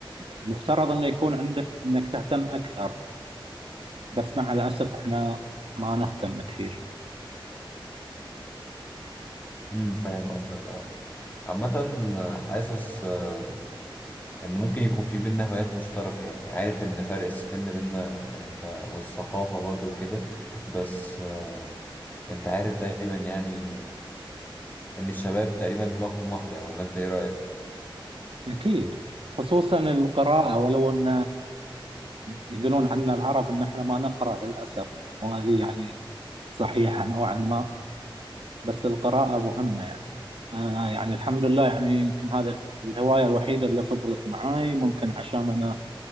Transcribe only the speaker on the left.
امم فاهم قصدك اه عامة حاسس آه، ان ممكن يكون في بينا هوايات مشتركة يعني عارف ان فرق السن بينا يعني انت والثقافة برضو وكده بس آه، انت عارف دايما يعني ان الشباب تقريبا دماغهم واحده ولا انت ايه رايك